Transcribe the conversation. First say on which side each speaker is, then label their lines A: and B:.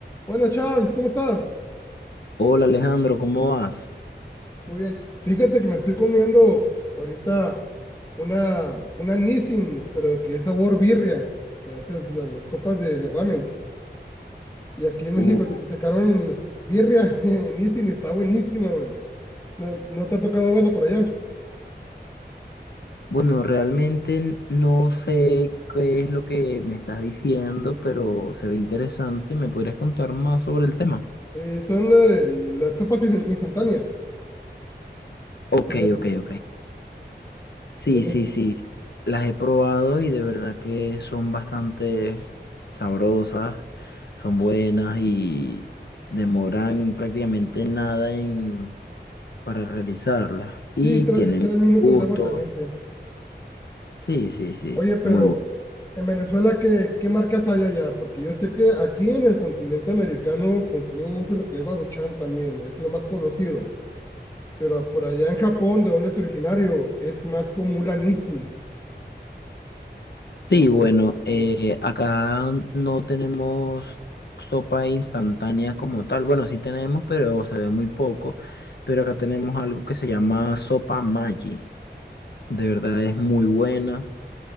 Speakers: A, on the left; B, on the left.
A: Buenas, Charles, ¿cómo estás?
B: Hola Alejandro, ¿cómo vas?
A: Muy bien. Fíjate que me estoy comiendo ahorita una, una Nissin, pero que es sabor birria. O sea, esas la- las, copas de, de ramen. Y aquí en México
B: Uh,
A: te- sacaron birria <laughs> en Nissin, y está buenísima, güey. No, no te ha tocado verla por allá.
B: bueno, realmente no sé qué es lo que me estás diciendo, pero se ve interesante. ¿Me podrías contar más sobre el tema?
A: Eh, son la del- las sopas instan- instantáneas, que
B: Ok,
A: son las.
B: ok, ok. Sí,
A: En
B: sí,
A: es-
B: sí. Las he probado y de verdad que son bastante sabrosas, son buenas y demoran prácticamente nada en, para realizarlas. Y
A: sí, tre-
B: tienen
A: tres minutos
B: gusto.
A: de agua caliente.
B: Sí, sí, sí.
A: Oye, pero
B: Muy bueno.
A: en Venezuela, ¿qué, qué marcas hay allá? Porque yo sé que aquí en el continente americano consumimos mucho lo que es Baruchan también, es lo más conocido. Pero por allá en Japón, de donde es originario, es más común la Nissin. Pero
B: Sí, bueno,
A: pues,
B: eh, acá no tenemos sopa instantánea como tal. Bueno, sí tenemos, pero se ve muy poco. Pero acá tenemos algo que se llama sopa Maggi. De verdad es muy buena.